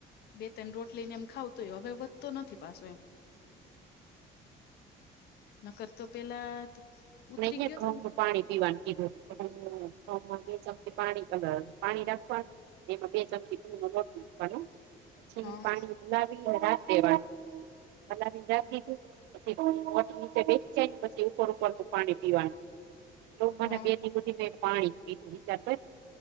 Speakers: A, on the left; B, on the right.
A: બે ત્રણ રોટલીને એમ ખાઉં તોય હવે વધ તો નથી પાસો એમ. નકર તો પેલા ઉતરી
B: <inaudible>
A: ગયો તો ને
B: પાણી પીવાનું કીધું છે <inaudible> પાણી કલર અ પાણી રાખવાનું. એમાં બે ચમચી ગુનો બોટલ નાખવાનો. પછી
A: હા
B: પાણી હુલાવીને રાખ દેવાય હલાવીને રાખ દીધું. પછી પોત નીચે બેસ જાય ને પછી ઉપર ઉપરથી પાણી પીવાનું. એવું મને
A: હા
B: બે દી હુધી મેં પાણી જ પીધું વિચાર કર.